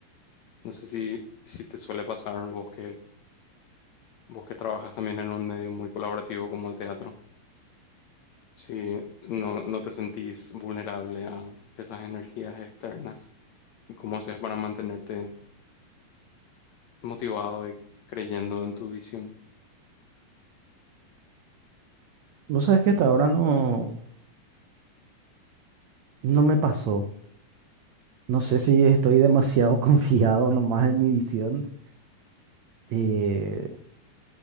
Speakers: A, on the left; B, on the right.
A: No sé si, si te suele pasar vos que, vos que trabajas también en un medio muy colaborativo como el teatro, si no, no te sentís vulnerable a esas energías externas. ¿Cómo haces para mantenerte motivado y creyendo en tu visión?
B: Vos sabés que hasta ahora no, no me pasó. No sé
A: Mm,
B: si estoy demasiado <laughs> confiado nomás en mi visión eh,